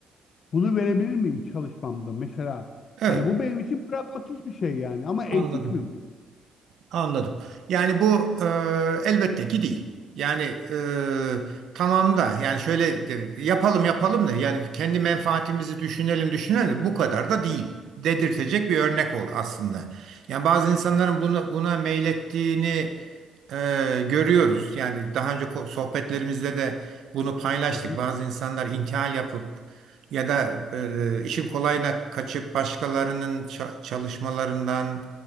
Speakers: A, on the left (about 55°); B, on the right (about 75°).
A: bunu verebilir miyim çalışmamda mesela?
B: Evet.
A: Hani bu benim için pragmatik bir şey yani ama etik
B: Anladım.
A: mi bu?
B: Anladım. Yani bu e, elbette ki değil. Yani e, tamam da yani şöyle de- yapalım yapalım da yani kendi menfaatimizi düşünelim düşünelim de bu kadar da değil dedirtecek bir örnek ol aslında. Yani bazı insanların bunu, buna meylettiğini e, görüyoruz. Yani daha önce ko- sohbetlerimizde de bunu paylaştık.
A: Hı hı.
B: Bazı insanlar intihal yapıp ya da e, işin kolayına kaçıp başkalarının ça- çalışmalarından